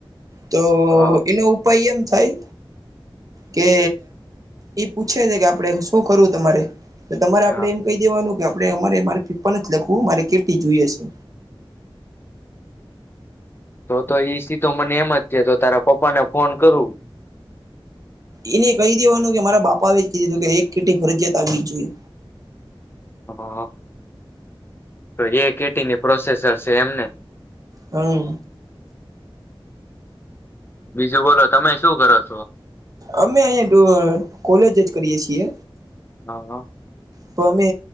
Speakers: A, on the right; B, on the left.
A: તો
B: હા
A: એનો ઉપાય એમ થાય કે ઈ પૂછે છે કે આપડે શું કરવું તમારે તો તમારે આપણે
B: હા
A: એમ કહી દેવાનું કે આપણે અમારે મારે ફિફર નથી લખવું મારે કેટી જોઈએ હશે
B: તો તો એઈ સીધો મને એમ જ છે તો તારા પપ્પાને ફોન કરું
A: એને કહી દેવાનું કે મારા બાપા એ જ કીધીધું કે એક કેટી ફરજિયાત આવવી જ જોઈએ
B: હા તો એ કેટીની પ્રોસેસર છે એમને
A: હમ્મ
B: બીજું બોલો તમે શું કરો છો
A: અમે અહીિયાં કોલેજ જ કરીય છીએ
B: હા
A: તો અમે